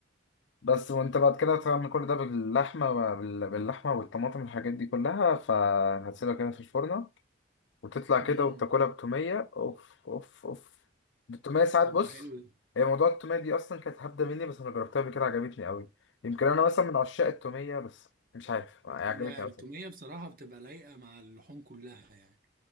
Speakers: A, on the left; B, on the right.
A: بس وانت بعد كده تعمل كل ده باللحمة بال- باللحمة والطماطم والحاجات دي كلها فهتسيبها كده في الفرن وتطلع كده
B: امم
A: وتاكلها بتومية اوف اوف اوف بالتومية ساعات
B: طب
A: بص
B: ما حلو ده
A: هي موضوع التومية دي أصلا كانت هبدة مني بس أنا جربتها قبل كده عجبتني أوي يمكن أنا مثلا من عشاق التومية بس مش عارف هي
B: هي
A: عجبتني
B: التوميه
A: أوي
B: بصراحه بتبقى لايقه مع اللحوم كلها يعني